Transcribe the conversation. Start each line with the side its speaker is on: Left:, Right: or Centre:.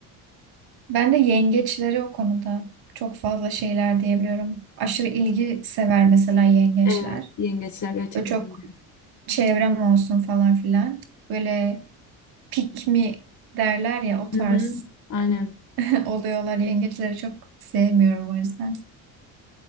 Right: Ben de yengeçleri o konuda çok fazla şeyler diyebiliyorum. Aşırı ilgi sever mesela yengeçler.
Left: Evet, yengeçler gerçekten
Right: Böyle çok
Left: öyle.
Right: çevrem olsun falan filan. Böyle pick me derler ya o
Left: Hı
Right: tarz
Left: hı. Aynen.
Right: <laughs> oluyorlar. Yengeçleri çok sevmiyorum o yüzden.